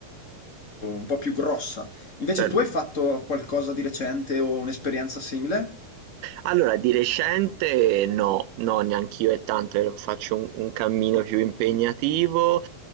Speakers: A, on the left; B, on the right.
A: un po' più grossa. Invece
B: certo.
A: tu hai fatto qualcosa di recente o un'esperienza simile?
B: Allora, di recente no, no, neanch'io è tanto che faccio un, un cammino più impegnativo